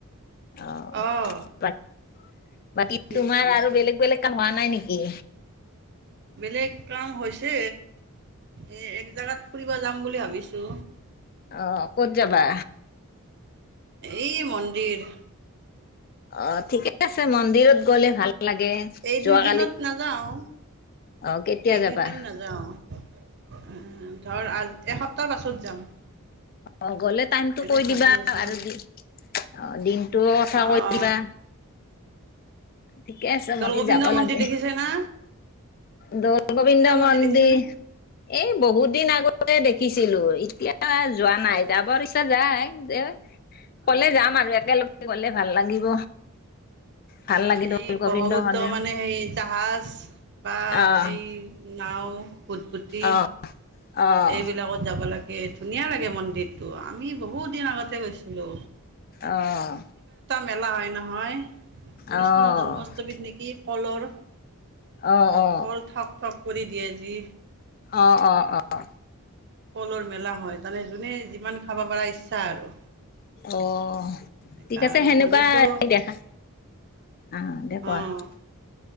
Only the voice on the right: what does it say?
আহ
সেইটোৱেতো
বেলেগ কাম হৈছে এ' এক জোগাত ফু পোৱা যাম বুলি ভাবিছো।
এই মন্দিৰ
এই
দুই দিনত নাযাওঁ,
এই
দুইদিন নাযাওঁ। ধৰ, আৰ এসপ্তাহ পাছত যাম।
এনে
ভাবি
আছো
অ
অ
দৌল
গোবিন্দ
মন্দিৰ
দেখিছে না
মন্দিৰ দেখিছে না
অ
অ,
এই
ব্ৰহ্মপুত্ৰ
মানে হে জাহাজ বা
অ, এই নাও ভুতভুতি
এইবিলাকত যাব লাগে। তাকে ধুনীয়া লাগে মন্দিৰটো। আমি বহুত দিন আগতে গৈছিলো।
মেলা হয় নহয়। কৃষ্ণ
জন্মঅষ্টমীত নেকি কলৰ
কল ঠক-ঠক কৰি দিয়ে যি।
কলৰ মেলা হয় তানে যোনে যিমান খাব পাৰ ইচ্ছা আৰু।
এনেকা
আৰু
হোলীটো
অ'